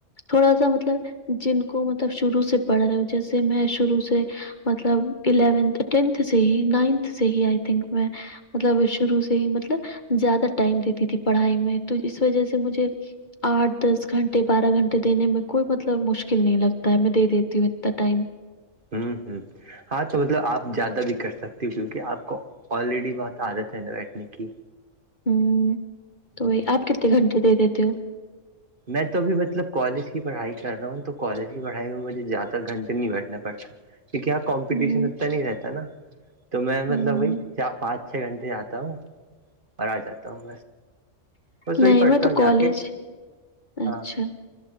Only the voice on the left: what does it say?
تھوڑا سا مطلب جن کو مطلب شروع سے پڑھ رہے ہو جیسے میں شروع سے مطلب اون ٹینتھ سے ہی نائنتھ سے ہی آئی تھنک میں مطلب شروع سے ہی مطلب زیادہ ٹائم دیتی تھی پڑھائی میں تو اس وجہ سے مجھے آٹھ دس گھنٹے بارہ گھنٹے دینے میں کوئی مطلب مشکل نہیں لگتا ہے میں دے دیتی ہوں اتنا ٹائم
ہوں تو
وہی آپ کتنے گھنٹے دے دیتے ہو
ہوں،
ہوں،
نہیں
میں تو
کالج
اچھا